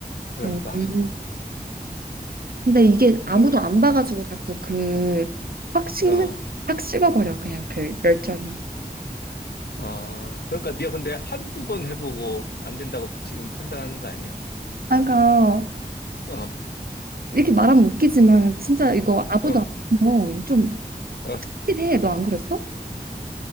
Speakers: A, on the left; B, on the right.
A: 그러니까.
B: 어, 너무- 근데 이게 아무도
A: 너,
B: 안 봐가지고 자꾸 그 확 식는
A: 어,
B: 확 식어버려 그냥 그 열정이.
A: 어, 그러니까 네가 근데 한두 번 해보고 안 된다고 지금 판단하는 거 아니야?
B: 아, 그러니까
A: 어,
B: 이렇게 말하면 웃기지만 진짜 이거 아무도
A: 어,
B: 안 보면 좀
A: 어,
B: 확실히 해. 너 안 그랬어?